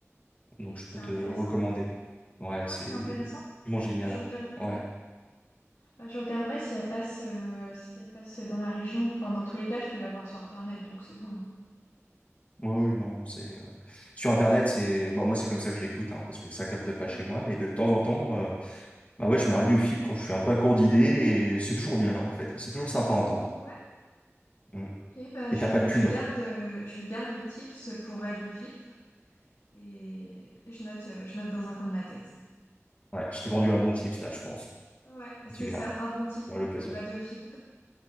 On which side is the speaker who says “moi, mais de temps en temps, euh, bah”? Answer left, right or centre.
Left